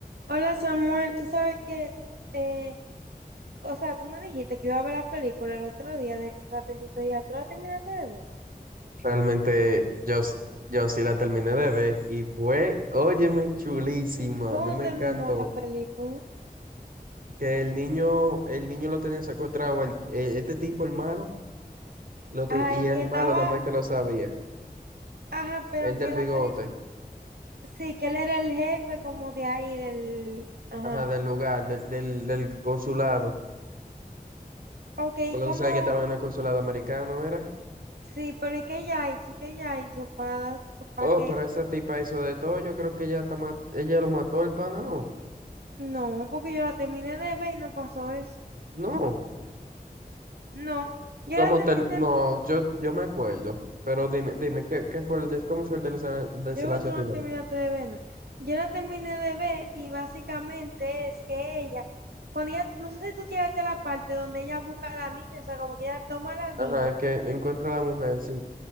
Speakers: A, on the right; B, on the right.
A: Hola Samuel, tú sabes que, eh, o sea, tú me dijiste que iba a ver la película el otro día de Extraterritorial, ¿tú la terminaste de ver?
B: Realmente yo, s- yo sí la terminé de ver y fue, óyeme, chulísima,
A: ¿Cómo
B: a mí me
A: terminó
B: encantó.
A: la película?
B: Que el niño, el niño lo tenía secuestrado, el- e- este tipo, el malo, lo ten-
A: Ah,
B: y
A: el
B: el
A: que estaba,
B: malo nada más que lo sabía,
A: ajá, pero
B: el del
A: que la
B: bigote,
A: película, sí, que él era el jefe como de ahí, del, ajá.
B: ajá, del lugar, del, del, del consulado,
A: Ok,
B: porque
A: ¿cómo?
B: tú sabes que estaba en el consulado americano, ¿era?
A: Sí, pero ¿y qué ella hizo? ¿Qué ella hizo para, para
B: Oh,
A: que?
B: pero esa tipa hizo de todo, yo creo que ella, está ma- ella lo mató al pana, no,
A: No, porque yo la terminé de ver y no pasó eso.
B: no.
A: No, yo
B: Como
A: la terminé
B: tal, no, yo, yo me acuerdo, pero dime, dime, ¿qué, qué fue el des- cómo fue el desla- desenlace
A: Yo creo que tú
B: final?
A: no la terminaste de ver. nada. Yo la terminé de ver y básicamente es que ella, cuando ella, no sé si tú llegaste a la parte donde ella busca a la niña, o sea, como que ella toma a la niña.
B: Ajá, que encuentra a la mujer, sí.